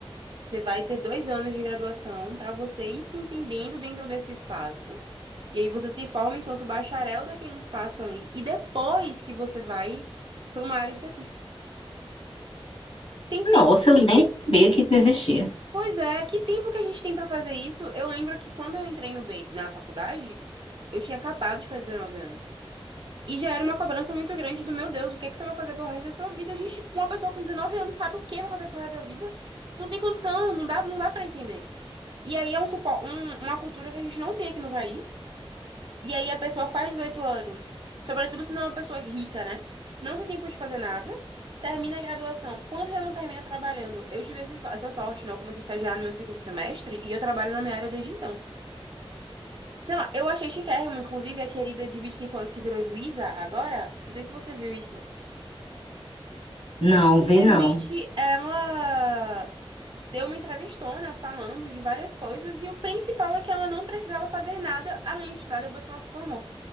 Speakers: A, on the right; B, on the left.
A: Você vai ter dois anos de graduação para você ir se entendendo dentro desse espaço. E aí você se forma enquanto bacharel daquele espaço ali. E depois que você vai para uma área específica. Tem tempo.
B: Nossa, eu nem
A: Que-
B: sabia que isso existia.
A: Pois é, que tempo que a gente tem para fazer isso? Eu lembro que quando eu entrei no B, na faculdade, eu tinha acabado de fazer 19 anos. E já era uma cobrança muito grande do meu Deus, o que é que você vai fazer pelo resto da sua vida? A gente, com uma pessoa com 19 anos, sabe o que vai fazer pelo resto da vida? Não tem condição, não dá, não dá para entender. E aí é um, supo- um- uma cultura que a gente não tem aqui no país. E aí a pessoa faz 18 anos, sobretudo se não é uma pessoa rica, né? Não tem tempo de fazer nada. Termina a graduação. Quando já não termina trabalhando, eu tive esse so- essa sorte, né? Eu comecei a estagiar no meu segundo semestre e eu trabalho na minha área desde então. Sei lá, eu achei chiquérrimo, inclusive a querida de 25 anos que virou juíza agora, não sei se você viu isso.
B: Não,
A: Simplesmente
B: vi não.
A: ela deu uma entrevistona falando de várias coisas e o principal é que ela não precisava fazer nada além de estudar depois que ela se formou.